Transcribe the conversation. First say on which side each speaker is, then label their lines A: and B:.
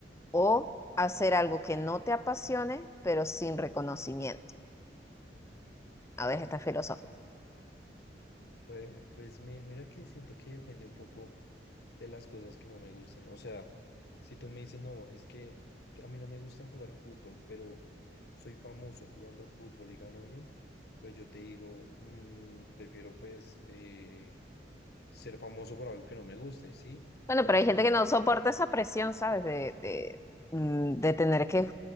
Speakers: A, on the left; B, on the left.
A: o hacer algo que no te apasione, pero sin reconocimiento? A ver, está filosófica.
B: Pues, pues mi- mira que siento que depende un poco. de las cosas que no me gustan. O sea, si tú me dices, no, es que a mí no me gusta jugar fútbol, pero soy famoso jugando fútbol y gano bien, pues yo te digo, "Mm, prefiero pues eh, ser famoso por algo que no me guste, ¿sí?
A: Bueno,
B: Pero
A: pero
B: si
A: hay gente
B: tú,
A: que no soporta esa presión, ¿sabes? De, de, mm, de tener que